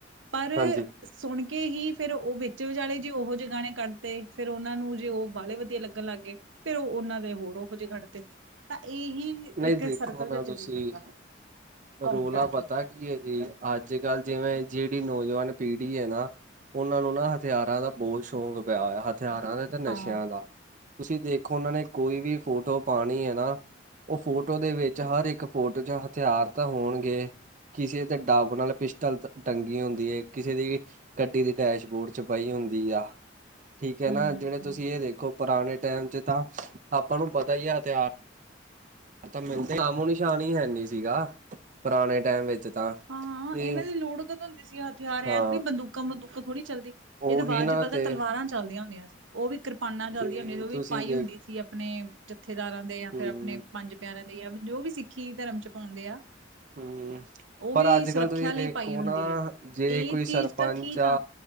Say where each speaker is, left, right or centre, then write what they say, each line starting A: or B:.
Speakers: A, on the right; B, on the right.
A: ਪਰ
B: ਹਾਂਜੀ
A: ਸੁਣ ਕੇ ਹੀ ਫੇਰ ਉਹ ਵਿੱਚ ਵਿਚਾਲੇ ਜੀ। ਉਹੋ ਜਿਹੇ ਗਾਣੇ। ਕੱਢ ਤੇ ਫੇਰ ਉਹਨਾਂ ਨੂੰ ਜੇ ਉਹ ਬਾਹਲੇ ਵਧੀਆ ਲੱਗਣ ਲੱਗ ਗਏ, ਫੇਰ ਉਹਨਾਂ ਦੇ ਹੋਰ ਉਹੋ ਜਿਹੇ ਕੱਢਤੇ। ਤਾਂ ਇਹੀ
B: ਨਹੀਂ
A: ਇੱਕ
B: ਦੇਖੋ
A: ਸਰਕਲ
B: ਨਾ
A: ਜਿਹਾ ਚੱਲੀ
B: ਤੁਸੀਂ
A: ਜਾਂਦਾ, ਘੁੰਮ
B: ਰੌਲਾ
A: ਫਿੜਾ
B: ਪਤਾ
A: ਕੇ।
B: ਕੀ ਹੈ ਜੀ, ਅੱਜ-ਕੱਲ ਜਿਵੇਂ ਜਿਹੜੀ ਨੌਜਵਾਨ ਪੀੜੀ ਹੈ ਨਾ। ਉਹਨਾਂ ਨੂੰ ਨਾ ਹਥਿਆਰਾਂ ਦਾ ਬਹੁਤ ਸ਼ੌਂਕ ਪਿਆ ਹੋਇਆ। ਹਥਿਆਰਾਂ ਦੇ ਅਤੇ ਨਸ਼ਿਆਂ
A: ਹਾਂ
B: ਦਾ, ਤੁਸੀਂ ਦੇਖੋ ਉਹਨਾਂ ਨੇ ਕੋਈ ਵੀ ਫੋਟੋ ਪਾਉਣੀ ਹੈ ਨਾ ਉਹ ਫੋਟੋ ਦੇ ਵਿੱਚ ਹਰ ਇੱਕ ਫੋਟੋ ਚ ਹਥਿਆਰ ਤਾਂ ਹੋਣਗੇ। ਕਿਸੇ ਦੇ ਡੱਬ ਨਾਲ ਪਿਸਟਲ ਟੰਗੀ ਹੁੰਦੀ ਹੈ। ਕਿਸੇ ਦੀ ਗੱਡੀ ਦੀ ਡੈਸ਼ਬੋਰਡ ਚ ਪਈ ਹੁੰਦੀ ਆ। ਠੀਕ ਹੈ
A: ਹੂੰ
B: ਨਾ। ਜਿਹੜੇ ਤੁਸੀਂ ਇਹ ਦੇਖੋ ਪੁਰਾਣੇ ਟਾਈਮ ਚ ਤਾਂ ਆਪਾਂ ਨੂੰ ਪਤਾ ਹੀ ਹੈ। ਹਥਿਆਰ ਤਾਂ ਮਿਲਦੇ ਆਮੋ ਨਿਸ਼ਾਨ ਹੀ ਹੈਨੀ ਸੀਗਾ। ਪੁਰਾਣੇ ਟਾਈਮ ਵਿੱਚ ਤਾਂ।
A: ਹਾਂ,
B: ਤੇ
A: ਇਹਨਾਂ ਦੀ ਲੋੜ ਕਦੋ ਹੁੰਦੀ ਸੀ। ਹਥਿਆਰ
B: ਹਾਂ
A: ਐਤੀ ਬੰਦੂਕਾਂ- ਬੰਦੂਕਾਂ ਥੋੜੀ ਚੱਲਦੀ ਸੀ।
B: ਉਹੀ
A: ਇਹਦੇ ਬਾਅਦ
B: ਨਾ
A: ਚ ਪਤਾਂ
B: ਤੇ
A: ਤਲਵਾਰਾਂ ਚਲਦੀਆਂ ਹੁੰਦੀਆਂ ਸੀ। ਉਹ ਵੀ ਕਿਰਪਾਨਾਂ ਚਲਦੀਆਂ
B: ਤੇ
A: ਹੁੰਦੀਆਂ ਸੀ। ਉਹ ਵੀ
B: ਤੁਸੀਂ
A: ਪਾਈ
B: ਦੇਖ
A: ਹੁੰਦੀ ਸੀ। ਆਪਣੇ ਜਥੇਦਾਰਾਂ ਦੇ ਜਾਂ
B: ਹਮ
A: ਫੇਰ ਆਪਣੇ ਪੰਜ ਪਿਆਰਿਆਂ ਦੇ ਜਾਂ ਜੋ ਵੀ ਸਿੱਖੀ ਧਰਮ ਚ ਪਾਉਂਦੇ ਆ।
B: ਹੂੰ
A: ਉਹ
B: ਪਰ
A: ਵੀ
B: ਅੱਜ-ਕੱਲ
A: ਸੁਰੱਖਿਆ
B: ਤੁਸੀਂ
A: ਲਈ
B: ਦੇਖੋ
A: ਪਾਈ ਹੁੰਦੀ
B: ਨਾ
A: ਹੈ
B: ਜੇ
A: ਇਹ
B: ਕੋਈ
A: ਚੀਜ਼
B: ਸਰਪੰਚ
A: ਤਾਂ ਠੀਕ
B: ਆ।